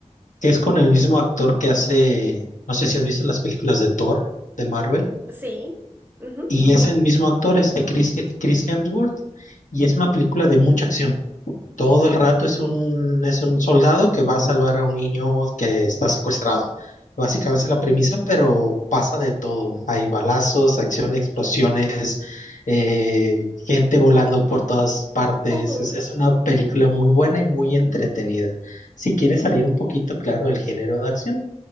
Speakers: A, on the left; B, on the right.
A: que es con el mismo actor que hace, no sé si has visto las películas de Thor, de Marvel,
B: ¿de todo? Sí. ujú,
A: y es el mismo actor, este Chris, Chris Hemsworth, y es una película de mucha acción. Todo el rato es un, es un soldado que va a salvar a un niño que está secuestrado. Básicamente es
B: Sí.
A: la premisa, pero pasa de todo. Hay balazos, acción, explosiones, eh, gente volando por todas partes.
B: <laughs> Uy,
A: Es, es una película muy buena y muy entretenida. Si quieres salir un poquito, claro, del género de acción.